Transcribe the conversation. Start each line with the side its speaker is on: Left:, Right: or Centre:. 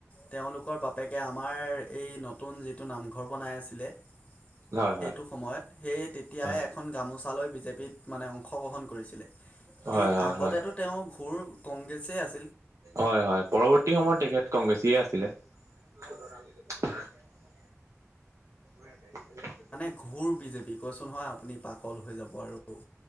Left: তেওঁলোকৰ বাপেকে আমাৰ এই ন নতুন যিটো নামঘৰ বনাই আছিলে,
Right: হয়
Left: সেইটো
Right: হয়
Left: সময়ত সেই তেতিয়াই
Right: হয়
Left: এখন! গামোচালৈ বিজেপিত মানে অংশগ্ৰহণ কৰিছিলে। সেই
Right: হয় হয় হয়
Left: আগতেতো
Right: হয়
Left: তেওঁৰ ঘোৰ কংগ্ৰেছে আছিল।
Right: হয় হয় পৰৱৰ্তী সময়ত তেখেত কংগ্ৰেছিয়ে আছিলে। একো স্বৰ নাই <unintelligible>
Left: মানে ঘুৰ বিজেপি কৈছো নহয় আপুনি পাগল হৈ যাব আৰু!